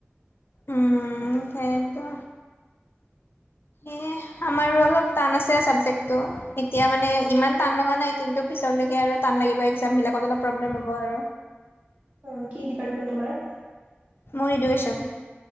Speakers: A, on the left; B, on the right.
A: উম সেইটো এ আমাৰো অলপ টান আছে চাবজেক্টটো এতিয়া মানে ইমান টান লগা নাই কিন্তু পিছত আৰু টান লাগিব একজাম বিলাকত অলপ প্ৰব্লেম হ'ব আৰু।
B: অ কি ডিপাৰ্টমেণ্ট তোমাৰ।
A: মোৰ এদুকেচন